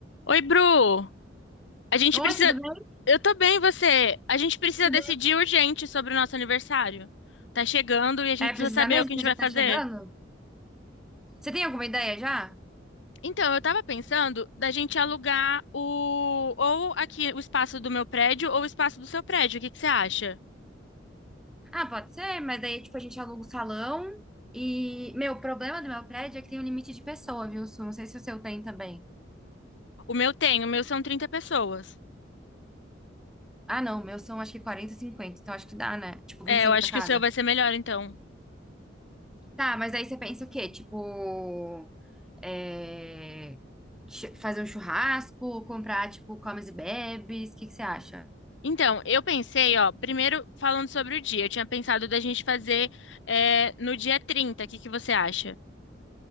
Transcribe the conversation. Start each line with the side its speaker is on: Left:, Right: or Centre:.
Left: Oi, Bru. A gente
Centre: Oi,
Left: precisa.
Centre: tudo bem?
Left: Eu tô bem, e você? A gente precisa
Centre: Tudo
Left: decidir
Centre: bem?
Left: urgente sobre o nosso aniversário. Tá chegando e a gente
Centre: É,
Left: precisa
Centre: precisa
Left: saber
Centre: mesmo?
Left: o que a
Centre: Porque
Left: gente vai
Centre: já tá
Left: fazer.
Centre: chegando? Você tem alguma ideia já?
Left: Então, eu tava pensando da gente alugar o ou aqui o espaço do meu prédio ou o espaço do seu prédio. O que que você acha?
Centre: Ah, pode ser, mas daí, tipo, a gente aluga o salão e... Meu, o problema do meu prédio é que tem um limite de pessoa, viu, Su? Não sei se o seu tem também.
Left: O meu tem, o meu são 30 pessoas.
Centre: Ah, não, o meu são acho que 40, 50. então acho que dá, né? Tipo,
Left: É,
Centre: vinte e cinco
Left: eu acho
Centre: pra cada.
Left: que o seu vai ser melhor, então.
Centre: Tá, mas aí você pensa o quê? Tipo, é... chu- fazer um churrasco, comprar, tipo, comes e bebes, o que que você acha?
Left: Então, eu pensei, ó, primeiro falando sobre o dia, eu tinha pensado da gente fazer é, no dia 30. o que que você acha?